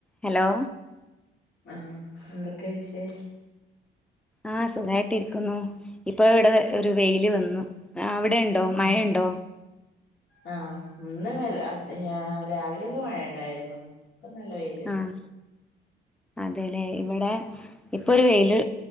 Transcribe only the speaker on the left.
ആഹ് എന്തൊക്കെ വിശേഷം
ആഹ്
ആഹ് ഇന്ന് വ രാവിലെയൊക്കെ മഴണ്ടായിരുന്നു ഇപ്പ നല്ല വൈ